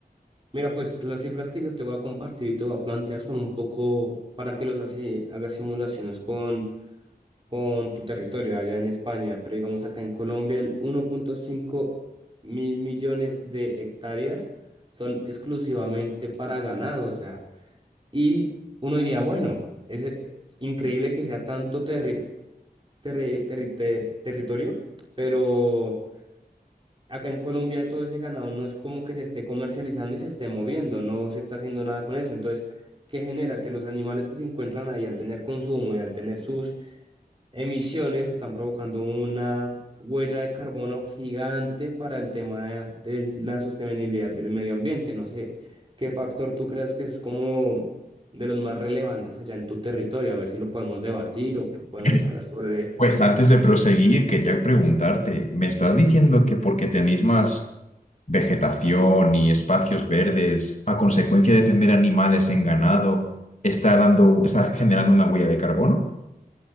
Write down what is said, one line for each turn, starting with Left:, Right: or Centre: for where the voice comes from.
Right: Mira, pues las cifras que yo te voy a compartir y te voy a plantear son un poco para que los así hagas simulaciones con, con tu territorio allá en España, pero digamos acá en Colombia el uno punto cinco mil millones de hectáreas son exclusivamente para ganado, o sea, y uno diría, bueno, es, eh, es increíble que sea tanto terri- terri- terri- te- territorio, pero acá en Colombia todo ese ganado no es como que se esté comercializando y se esté moviendo, no se está haciendo nada con eso. Entonces, ¿qué genera? Que los animales que se encuentran ahí al tener consumo y al tener sus emisiones están provocando una huella de carbono gigante para el tema de la sostenibilidad del medio ambiente. No sé, ¿qué factor tú crees que es como de los más relevantes allá en tu territorio? A ver si lo podemos debatir o que podemos
Left: <laughs>
Right: hablar sobre él.
Left: Pues antes de proseguir, quería preguntarte, ¿me estás diciendo que porque tenéis más vegetación y espacios verdes, a consecuencia de tener animales en ganado, está dando, está generando una huella de carbono?